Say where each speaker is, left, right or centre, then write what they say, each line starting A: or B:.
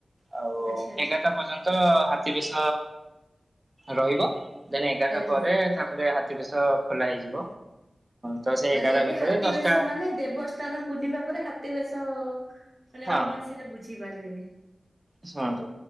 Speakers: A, on the right (about 30°); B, on the right (about 55°).
A: ଆଉ
B: ଆଚ୍ଛା ଆଚ୍ଛା
A: ଏଗାରଟା ପର୍ଯ୍ୟନ୍ତ ହାତୀ ବିଷ ରହିବ! ଦିନେ ଏଗାରଟା
B: ଆଜ୍ଞା
A: ପରେ ତାପରେ ହାତୀ ବେଶ ଖୋଲା ହେଇଯିବ ତ ସେ
B: ମାନେ
A: ଏଗାର
B: ଏବେ
A: ଭିତରେ
B: ହାତୀ
A: ଦଶଟା
B: ବେଶ ମାନେ ଦେବ ସ୍ଥାନ ପୂର୍ଣ୍ଣିମା ପରେ ହାତୀ ବେଶ ମାନେ
A: ହଁ
B: ମୁଁ କୌଣସିଟା ବୁଝି ପାରିଲିନି!
A: ଶୁଣନ୍ତୁ